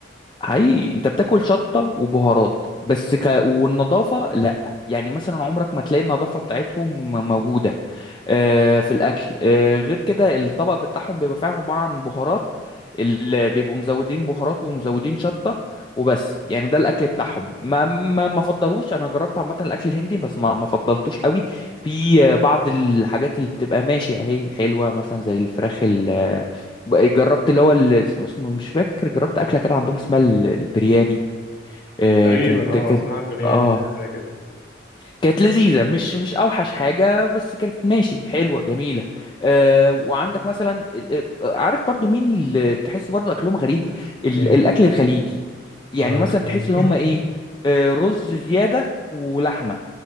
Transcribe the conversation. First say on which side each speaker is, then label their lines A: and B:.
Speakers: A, on the left (about 25°); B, on the left (about 50°).
A: حقيقي انت بتاكل شطه وبهارات بس ك... والنظافه لا يعني مثلا عمرك ما تلاقي النظافه بتاعتهم موجوده آه، في الاكل آه، غير كده الطبق بتاعهم بيبقى فعلا عباره عن بهارات اللي بيبقوا مزودين بهارات ومزودين شطه وبس يعني ده الاكل بتاعهم ما ما ما فضلوش انا جربت عامه الاكل الهندي بس ما ما فضلتوش قوي في آه، بعض الحاجات اللي بتبقى ماشي اهي حلوه مثلا زي الفراخ ال- آه، جربت اللي هو ال- اسمه مش فاكر جربت اكله كده عندهم اسمها ال- البرياني آه،
B: تقريبا
A: كانت
B: اه
A: كانت
B: اسمها البرياني
A: اه
B: حاجة زي كده
A: كانت لذيذة مش مش أوحش حاجة بس كانت ماشي حلوة جميلة أه وعندك مثلا ال- آه، عارف برضو مين اللي تحس برضو أكلهم غريب ال-
B: امم
A: الأكل الخليجي يعني
B: اه الخليج
A: مثلا تحس إن
B: <laughs>
A: هم إيه أه رز زيادة ولحمة